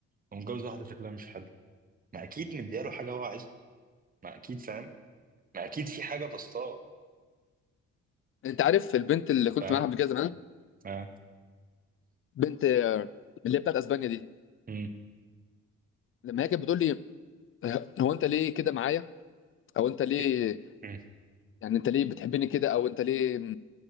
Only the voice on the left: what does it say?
انت عارف البنت اللي كنت
معاها قبل كده زمان
بنت آه، اللي هي بتاعت اسبانيا دي
لما هي كانت بتقول لي آه، هو انت ليه كده معايا او انت ليه
يعني انت ليه بتحبني كده او انت ليه